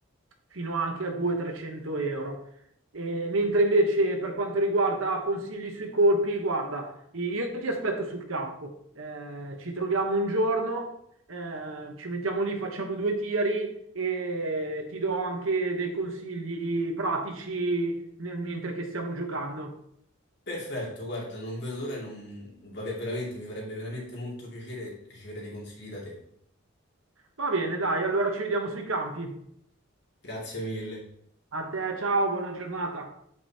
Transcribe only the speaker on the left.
Perfetto, guarda, non vedo l'ora, e non- vabbè, veramente, mi farebbe veramente molto piacere ricevere dei consigli da te.
Grazie mille.